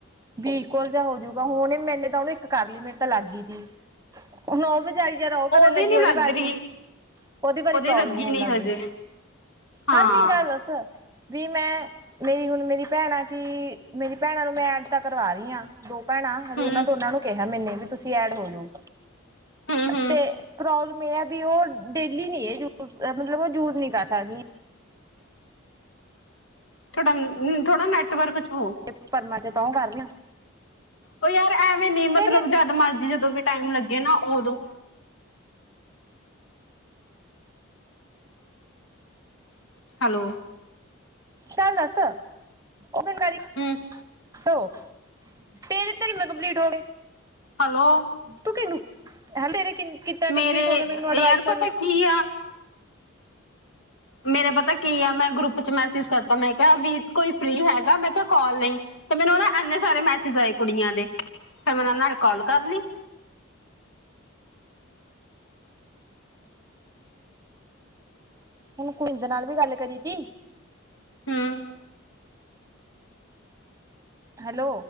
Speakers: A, on the right; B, on the left.
A: ਬਿਲਕੁਲ ਜਾਿ ਹੋਜੂਗਾ ਹੁਣ ਮੈਨੇ ਤਾਂ ਉਹਨੂੰ ਇੱਕ ਕਰ ਲਈ ਮੇਰੇ ਤਾਂ ਲੱਗ ਗਈ ਤੀ ਨੌ ਵਜਈ ਜਦ ਉ ਕਰਨ
B: ਉਹਦੀ
A: ਲੱਗੀ
B: ਨੀ
A: ਉਦੇ
B: ਲੱਗ
A: ਬਾਰ
B: ਰਹੀ
A: ਨੂੰ ਉਹਦੀ ਬਾਰੀ ਪ੍ਰੋਬਲਮ
B: ਲੱਗੀ
A: ਹੋਣ
B: ਨੀ
A: ਲੱਗ
B: ਹਜੇ
A: ਗਈ
B: ਹਾਂ
A: ਹਰ ਨੀ ਗੱਲ ਦੱਸ ਵੀ ਮੈਂ ਮੇਰੀ ਹੁਣ ਮੇਰੀ ਭੈਣ ਆ ਕੀ ਮੇਰੀ ਭੈਣਾਂ ਨੂੰ ਮੈਂ ਐਡ ਤਾਂ ਕਰਵਾ ਰਹੀ ਹਾਂ ਦੋ ਭੈਣਾ ਹਜੇ
B: ਹਮ
A: ਉਹਨਾਂ ਦੋਨਾਂ ਨੂੰ ਕਿਹਾ ਮੈਨੇ ਵੀ ਤੁਸੀਂ ਐਡ ਹੋ ਜਾਓ
B: ਹਮ ਹਮ
A: ਤੇ ਮੈਂ ਵੀ ਉਹ ਡੇਲੀ ਨੀ ਹੈ ਯੂਜ ਮਤਲਬ ਉਹ ਜੂਜ ਨੀ ਕਰ ਸਕਦੀ
B: ਥੋੜਾਮ ਥੋੜਾ ਨੈਟਵਰਕ ਚ ਹੋ
A: ਤੇ ਪਰਮਾ ਚ ਤਾਂਹ ਕਰਨਾ।
B: ਉ ਯਾਰ ਐਵੇਂ ਨੀ ਮਤਲਬ
A: ਤੇਰੀ
B: ਜਦ ਮਰਜ਼ੀ ਜਦੋਂ ਵੀ ਟਾਈਮ ਲੱਗੇ ਨਾ ਉਦੋਂ ਹੈਲੋ
A: ਗਲ ਦੱਸ ਓਦਣ ਕੇਰੀ
B: ਹਮ
A: ਹੋੋ ਤੇ ਇਹਦੇ ਧਰੀ ਮੈਂ ਕੰਪਲੀਟ ਹੋ ਗਏ।
B: ਹੈਲੋ
A: ਤੂੰ ਕਿਹਨੂੰ ਹਨ ਤੇਰੇ ਕਿੱ ਤੇ ਕੰਪਲੀਟ
B: ਮੇਰੇ
A: ਹੋ ਕੇ ਮੈਨੂੰ ਅਡਵਾਈਸ
B: ਯਾਰ ਪਤਾ
A: ਤਾਂ
B: ਕੀ ਮੇਰਾ ਪਤਾ ਕੀ ਆ ਮੈਂ ਗਰੁੱਪ ਚ ਮੈਸੇਜ ਕਰਤਾ ਮੈਂ ਕਿਯਾ ਵੀ ਕੋਈ ਫਰੀ ਹੈਗਾ ਮੈਂ ਕਿਯਾ ਕਾਲ ਲਈ ਤੇ ਮੈਨੂੰ ਏੰਨੇ ਸਾਰੇ ਮੈਸੇਜ ਆਏ ਕੁੜੀਆਂ ਦੇ ਫੇਰ ਮੈਂ ਊਨਾ ਨਾਲ ਕਾਲ ਕਰ ਲੀ।
A: ਹੁਣ ਕੁਡੀ ਦੇ ਨਾਲ ਵੀ ਗੱਲ ਕਰੀ ਤੀ
B: ਹੂੰ
A: ਹੈਲੋ